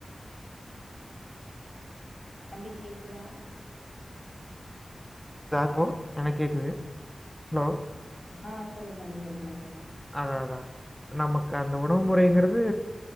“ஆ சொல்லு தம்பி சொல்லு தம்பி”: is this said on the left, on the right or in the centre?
Left